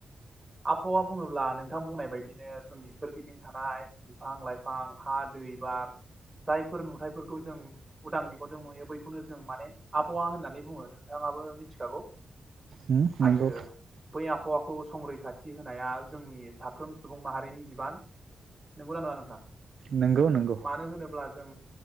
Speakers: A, on the right; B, on the right.
A: आबहावा बुङोब्ला नोंथां बुंनाय बायदिनो जोंनि सोरगिदिं थानाय बिफां -लाइफां हा दै बार जायफोर नुथाइफोरखौ जों उदां मेगनजों नुयो बैखौनो जों माने आबहावा होननानै बुङो नोंथाङाबो मिथिखागौ।
B: उम
A: आरो
B: नंगौ
A: बै आबहावाखौ संरैत रैखाथि होनाया जोंनि साफ्रोम सुबुं माहारिनि बिबान नंगौना नोंङा नोंथां?
B: नंगौ नंगौ
A: मानो होनोब्ला जों